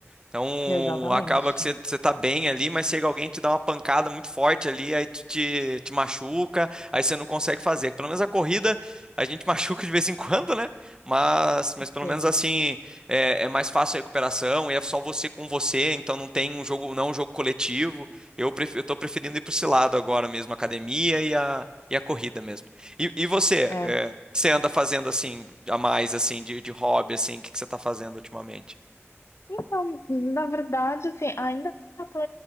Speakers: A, on the right; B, on the left.
A: Então
B: Exatamente.
A: acaba que você, você tá bem ali, mas chega alguém e te dá uma pancada muito forte ali, aí te, te, te machuca, aí você não consegue fazer. Pelo menos a corrida a gente <laughs> machuca de vez em quando, né? Mas, mas pelo
B: Sim.
A: menos assim é, é mais fácil a recuperação e é só você com você, então não tem um jogo, não é um jogo coletivo. Eu, pref, eu tô preferindo ir para esse lado agora mesmo, a academia e a, e a corrida mesmo. E, e você,
B: é
A: é, o que você anda fazendo assim, a mais assim, de, de hobby, assim, o que, que você tá fazendo ultimamente?
B: Então, na verdade, assim, ainda estou